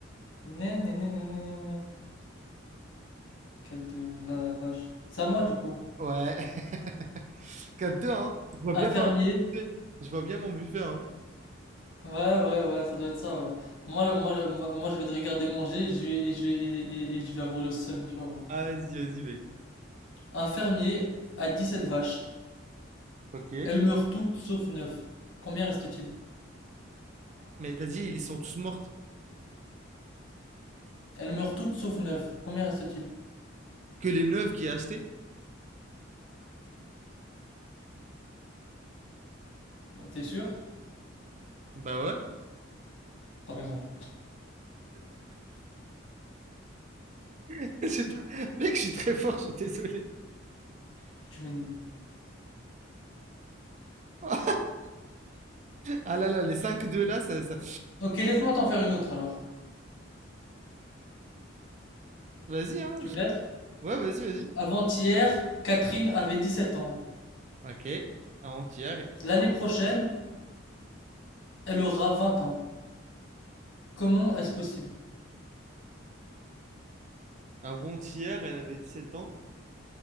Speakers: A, on the left; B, on the right.
A: Né, né, né, né, né, né, né. 4 de la vache. C'est à moi du coup.
B: Ouais, <laughs> Quatre deux hein. Je vois bien
A: Infirmier.
B: mon buffet. Je vois bien mon buffet, hein.
A: Ouais, ouais, ouais, ça doit être ça, ouais. Moi, moi, je- moi, moi, je vais te regarder manger et je vais, et je vais, et, et- et je vais avoir le seum, tu vas voir.
B: Ah, vas-y, vas-y, mec.
A: Un fermier a 17 vaches.
B: Ok.
A: Elles meurent toutes sauf neuf Combien reste-t-il?
B: Mais t'as dit, ils sont tous mortes.
A: Elles meurent toutes sauf neuf Combien reste-t-il?
B: Que les neuves qui a acheté?
A: T'es sûr?
B: Bah ouais.
A: T'as raison.
B: <laughs> C'est pas- Mec, je suis très fort, je suis désolé.
A: Tu m'énerves.
B: <laughs> ah là là, les cinq deux là, ça, ça-
A: Ok, laisse-moi t'en faire une autre alors.
B: Vas-y, hein.
A: Tu
B: je-
A: me laisses?
B: Ouais, vas-y, vas-y.
A: Avant-hier, Catherine avait 17 ans.
B: Ok. Avant-hier,
A: L'année prochaine, elle aura 20 ans. Comment est-ce possible?
B: avant-hier, elle avait 17 ans.